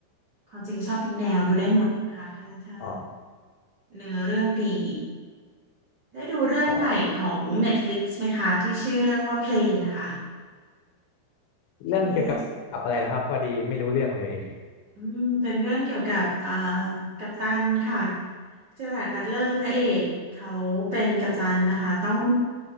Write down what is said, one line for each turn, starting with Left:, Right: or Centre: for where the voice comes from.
Right: ความจริงชอบทุกแนวดูได้หมดนะคะถ้าถ้า
Left: อ๋อ
Right: เนื้อเรื่องดีได้ดูเรื่องใหม่ของ
Left: อ๋อ
Right: Netflix ไหมคะที่ชื่อเรื่องว่า Plane นะคะที่
Left: เรื่องเกี่ยวกับอะไรนะครับพอดีไม่รู้เรื่องเลย
Right: อืมเป็นเรื่องเกี่ยวกับอ่ากัปตันค่ะเจอราร์ดบัตเลอร์พระเอกเขาเป็นกัปตันนะคะต้อง